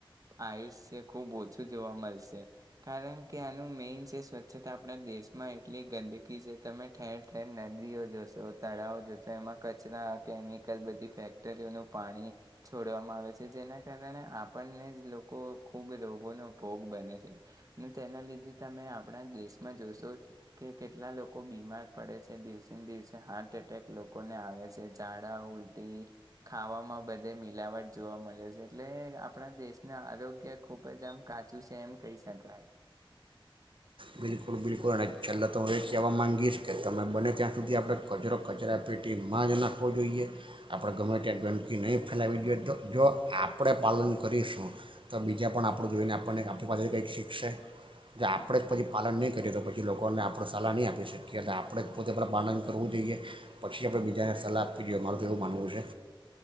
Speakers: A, on the right (about 40°); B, on the right (about 65°).
A: આયુષ્ય ખૂબ ઓછું જોવા મળશે કારણ કે આનું મેઇન છે સ્વચ્છતા આપણા દેશમાં એટલી ગંદકી છે તમે ઠેર ઠેર નદીઓ જોશો તળાવ જોશો એમાં કચરા કેમિકલ બધી ફેક્ટરીઓનું પાણી છોડવામાં આવે છે જેના કારણે આપણને જ લોકો ખૂબ રોગોનો ભોગ બને છે અને તેના લીધે તમે આપણા દેશમાં જોશો કે કેટલા લોકો બીમાર પડે છે દિવસે ને દિવસે હાર્ટ એટેક લોકોને આવે છે. ઝાડા ઉલટી ખાવામાં બધે મિલાવટ જોવા મળે છે એટલે આપણા દેશના આરોગ્ય ખુબ જ આમ કાચું છે એમ કહી શકાય
B: બિલકુલ બિલકુલ અને છેલ્લા તો હું એ કહેવા મામાંગીશ કે તમે બને ત્યાં સુધી આપણે કચરો કચરા પેટીમાં જ નાખવો જોઈએ આપણે ગમે ત્યાં ગંદકી નહીં ફેલાવી જોઈએ તો જો આપણે પાલન કરીશું તો બીજા પણ આપણું જોઈને આપણને આપણી પાસેથી કંઈક શીખશે જો આપણે જ પછી પાલન નહીં કરીએ તો પછી લોકોને આપણે સલાહ નહીં આપી શકીએ અને આપણે જ પોતે પાલન કરવું જોઈએ પછી આપણે બીજાને સલાહ આપવી જોઈએ મારું તો એવું માનવું છે.